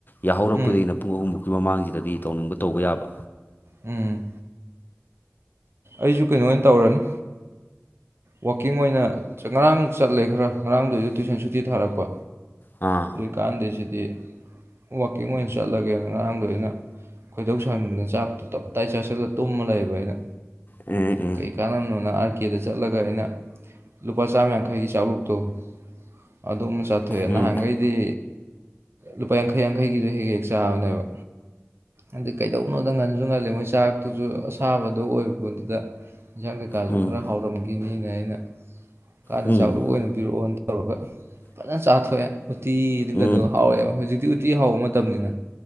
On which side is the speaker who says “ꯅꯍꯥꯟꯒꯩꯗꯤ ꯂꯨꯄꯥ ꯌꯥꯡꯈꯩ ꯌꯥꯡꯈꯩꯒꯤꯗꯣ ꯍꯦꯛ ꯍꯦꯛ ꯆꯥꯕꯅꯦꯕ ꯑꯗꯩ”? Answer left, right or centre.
Right